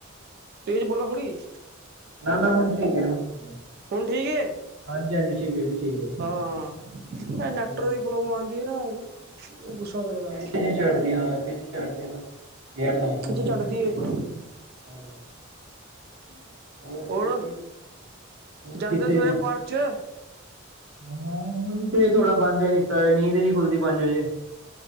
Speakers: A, on the right (about 50°); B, on the right (about 75°).
A: ਤੇਜ ਬੋਲੋ ਹੋੜੀ
B: ਨਾ ਨਾ ਹੁਣ <unintelligible>
A: ਹੁਣ ਠੀਕ ਏ।
B: ਹਾਂਜੀ ਹਾਂਜੀ ਠੀਕ ਐ ਜੀ ਠੀਕ
A: ਹਾਂ
B: ਹੈ
A: <unintelligible>
B: ਉਹ
A: <unintelligible>
B: <unintelligible>
A: ਚੜਦਾ
B: <unintelligible>
A: ਖਿੱਚ ਚੜ੍ਹਦੀ ਹੈ ਬੜੀ
B: <inaudible>
A: ਹੋਰ
B: ਕੀ ਹੁਣ
A: ਜਾਂਦੇ
B: ਕਿੱਥੇ
A: ਸਵੇਰੇ ਪਾਰਕ ਚ
B: ਹਾਂ ਹੁਣ ਤੇ ਥੋੜਾ ਬੰਦ ਕੀਤਾ ਏ ਨੀਂਦ ਨੀ ਖੁੱਲਦੀ ਪੰਜ ਵਜੇ